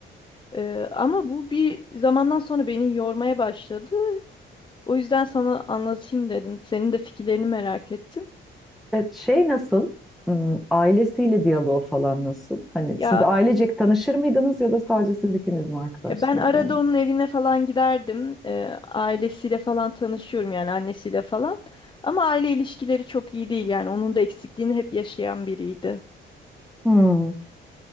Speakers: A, on the left; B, in the centre.
A: Ee, ama bu bir zamandan sonra beni yormaya başladı. O yüzden sana anlatayım dedim. Senin de fikirlerini merak ettim.
B: Evet, şey nasıl? Hmm, Ailesiyle diyaloğu falan nasıl? Hani
A: Ya
B: siz ailecek tanışır mıydınız ya da sadece siz ikiniz mi arkadaşsınız
A: Ya ben arada
B: öyle?
A: onun evine falan giderdim. Ee, ailesiyle falan tanışıyorum yani annesiyle falan. Ama aile ilişkileri çok iyi değil yani onun da eksikliğini hep yaşayan biriydi.
B: Hmm.